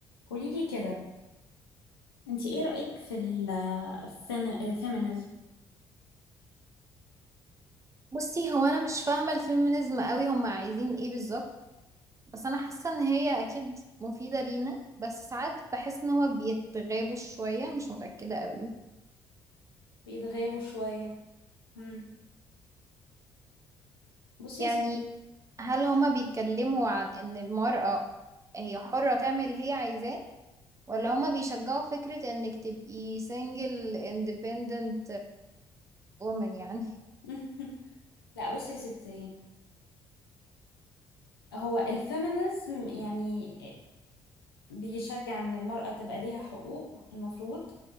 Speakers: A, on the left; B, on the right.
A: قوليلي كده انت ايه رأيك في ال feminism
B: بصي هو انا مش فاهمه الفيمينيزم قوي هم عايزين ايه بالظبط بس انا حاسه ان هي اكيد مفيده لينا بس ساعات بحس ان هو بيتغابوا شويه مش متاكده قوي
A: بيتغابوا شوية مم. بصي
B: يعني
A: يا ستي
B: هل هما بيتكلموا عن ان المراه هي حره تعمل اللي هي عايزاه ولا هما بيشجعوا فكره انك تبقي سنجل اندبندنت وومن يعني
A: <laughs> لا بصي يا ستي هو الفيمينيزم يعني بيشجع ان المرأة تبقى ليها حقوق المفروض